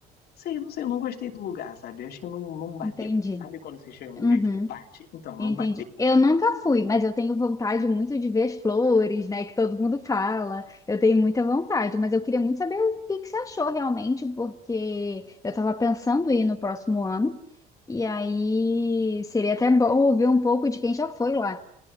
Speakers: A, on the left; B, on the left.
A: sei, não sei, eu não gostei do lugar, sabe? Eu acho que não, não bateu.
B: Entendi.
A: Sabe quando você chega em um
B: Uhum,
A: lugar e, tipo, bate? Então, não
B: entendi.
A: bateu.
B: Eu nunca fui, mas eu tenho vontade muito de ver as flores, né? Que todo mundo fala. Eu tenho muita vontade, mas eu queria muito saber o que que você achou realmente, porque eu estava pensando em ir no próximo ano. E aí seria até bom ouvir um pouco de quem já foi lá.